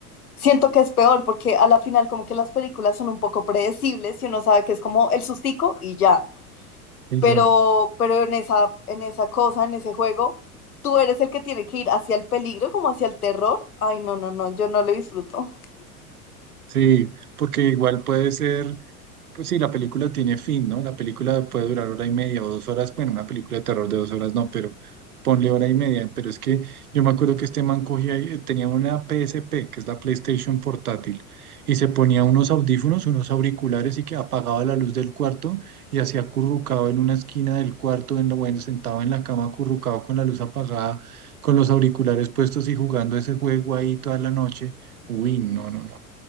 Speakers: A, on the left; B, on the right.
A: siento que es peor, porque a la final como que las películas son un poco predecibles y uno sabe que es como el sustico y ya.
B: Y
A: pero,
B: ya.
A: pero en esa, en esa cosa, en ese juego, tú eres el que tiene que ir hacia el peligro, como hacia el terror. Ay, no, no, no, yo no lo disfruto.
B: Sí, porque igual puede ser Pues sí, la película tiene fin, ¿no? La película puede durar hora y media o dos horas. Bueno, una película de terror de dos horas no, pero ponle hora y media. Pero es que yo me acuerdo que este man cogía, y- eh, tenía una PSP, que es la PlayStation portátil, y se ponía unos audífonos, unos auriculares y que apagaba la luz del cuarto y hacía acurrucado en una esquina del cuarto, en lo bueno, sentado en la cama acurrucado con la luz apagada, con los auriculares puestos y jugando ese juego ahí toda la noche. Uy, no, no, no,